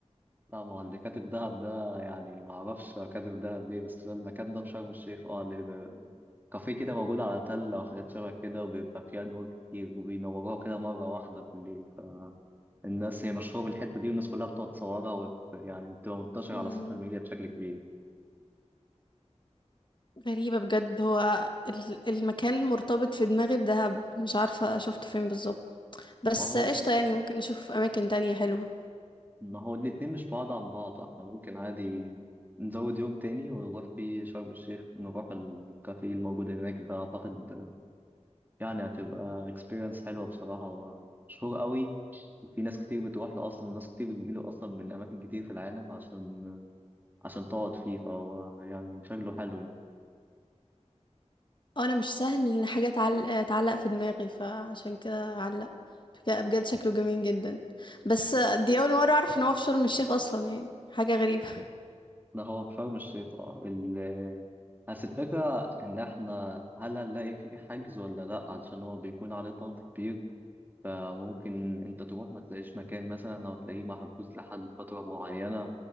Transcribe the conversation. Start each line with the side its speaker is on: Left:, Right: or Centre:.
Right: لا ما هو اللي كاتب دهب ده يعني ما اعرفش هو كاتب دهب ليه بس ده المكان ده في شرم الشيخ اه اللي بيبقى كافيه كده موجود على تلة وحاجات شبه كده وبيبقى فيه أنوار كتير وبينوروها كده مرة واحدة بالليل فالناس هي مشهورة بالحتة دي والناس كلها بتقعد تصورها وت... يعني بتبقى منتشرة
Left: مم.
Right: على السوشيال ميديا بشكل كبير
Left: غريبة بجد هو ال- المكان مرتبط في دماغي بدهب مش عارفة شفته فين بالظبط بس
Right: ما هو
Left: قشطة يعني ممكن نشوف أماكن تانية حلوة
Right: ما هو الاتنين مش بعاد عن بعض احنا ممكن عادي نزود يوم تاني ونروح فيه شرم الشيخ نروح الكافيه الموجود هناك ده اعتقد يعني هتبقى experience حلوة بصراحة هو مشهور قوي وفي ناس كتير بتروح له اصلا وناس كتير بتجيله اصلا من اماكن كتير في العالم عشان عشان تقعد فيه فهو يعني شكله حلو يعني
Left: آه، أنا مش سهل إن حاجة تعلق, تعلق في دماغي فعشان كده علق بجد بجد. شكله جميل جدا بس دي أول مرة أعرف إن هو في شرم الشيخ أصلا يعني حاجة غريبة
Right: ده هو في شرم الشيخ اه ال بس الفكرة إن إحنا هل هنلاقي فيه حجز ولا لأ علشان هو بيكون عليه ضغط كبير فممكن انت تروح ما تلاقيش مكان مثلا او تلاقيه محجوز لحد فترة معينة